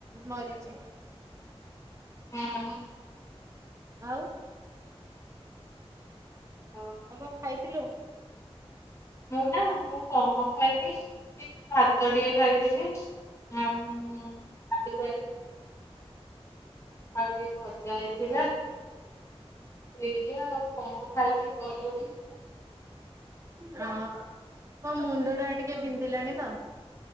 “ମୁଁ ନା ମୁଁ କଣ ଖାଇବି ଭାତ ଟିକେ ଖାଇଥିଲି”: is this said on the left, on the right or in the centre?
Left